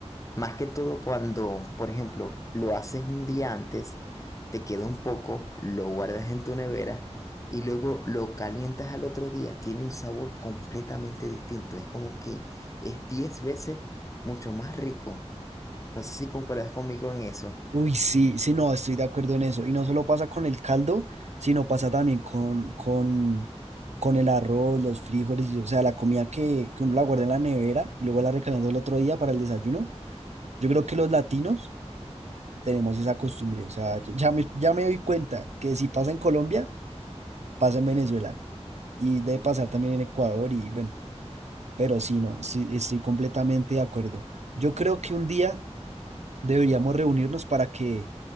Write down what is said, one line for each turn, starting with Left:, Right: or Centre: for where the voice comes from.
Left: Más que todo cuando, por ejemplo, lo haces un día antes, te queda un poco, lo guardas en tu nevera y luego lo calientas al otro día. Tiene un sabor completamente distinto. Es como que es 10 veces mucho más rico. No sé si concuerdas conmigo en eso.
Right: Uy, sí, sí, no, estoy de acuerdo en eso. Y no solo pasa con el caldo, sino pasa también con, con, con el arroz, los frijoles, y, o sea, la comida que, que uno la guarda en la nevera, y luego la recalienta el otro día para el desayuno. Yo creo que los latinos tenemos esa costumbre, o sea, ya ya me, ya me doy cuenta que si pasa en Colombia, pasa en Venezuela y debe pasar también en Ecuador y bueno. Pero sí, no, sí, estoy completamente de acuerdo. Yo creo que un día deberíamos reunirnos para que,